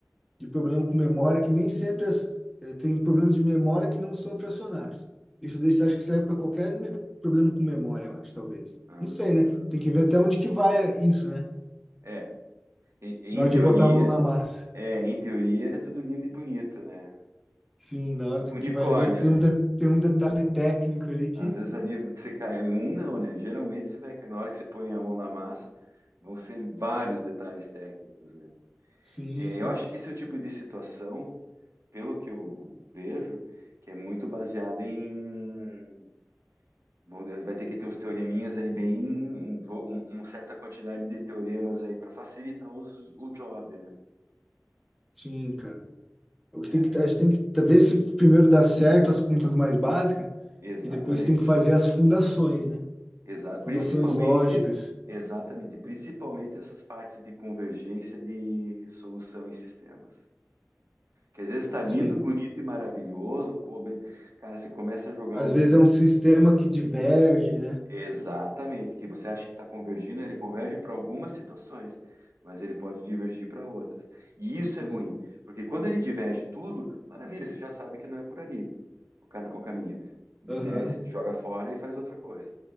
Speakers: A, in the centre; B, on the right.
A: de problema com memória, que nem sempre as- é, tem problemas de memória que não são fracionários. Isso daí você acha que serve para qualquer me- problema com memória, eu acho, talvez.
B: Ah,
A: Não sei, né? Tem que ver até onde que vai isso, né?
B: é, em, em
A: Na hora
B: teoria,
A: de botar a mão na massa.
B: é, em teoria é tudo lindo e bonito, né?
A: Sim, na hora do
B: Unicórnio,
A: que vai ver, tem
B: né?
A: um, de- tem um detalhe técnico ali que.
B: Às vezes ali que você cai, um não, né? Geralmente você vai, na hora que você põe a mão na massa, vão ser vários detalhes técnicos, né?
A: Sim,
B: É, eu acho que esse é o tipo de situação, pelo que eu vejo, que é muito baseado em. Bom, vai ter que ter os teoreminhas aí bem, um vo- um- uma certa quantidade de teoremas aí para facilitar os- o job, né?
A: sim, cara. O que
B: Né?
A: tem que, a gente tem que ver se primeiro dá certo as contas mais básicas
B: Exatamente.
A: e depois tem que fazer as fundações, né?
B: Exa- Principalmente,
A: Fundações lógicas.
B: exatamente, principalmente essas partes de convergência de resolução em sistemas. Que às vezes está lindo,
A: Sim.
B: bonito e maravilhoso, pô, be- cara, você começa a jogar
A: Às
B: uns,
A: vezes é um sistema que diverge, né?
B: Exatamente, que você acha que está convergindo, ele converge para algumas situações, mas ele pode divergir para outras. E isso
A: Sim.
B: é ruim, porque quando ele diverge tudo, maravilha, você já sabe que não é por ali o, ca- o caminho. Né?
A: Aham.
B: Joga fora e faz outra coisa.